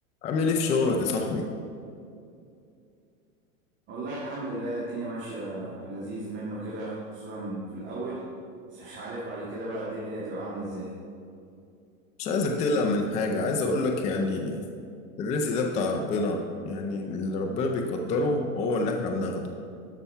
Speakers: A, on the left; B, on the right.
A: عامل ايه في شغلك يا صاحبي
B: والله الحمد لله الدنيا ماشية في اللذيذ منه كده خصوصا في الأول بس مش عارف بعد كده بقى الدنيا تبقى عاملة ازاي
A: مش عايزك تقلق من حاجة عايز اقولك يعني الرزق ده بتاع ربنا يعني اللي ربنا بيقدره هو اللي احنا بناخده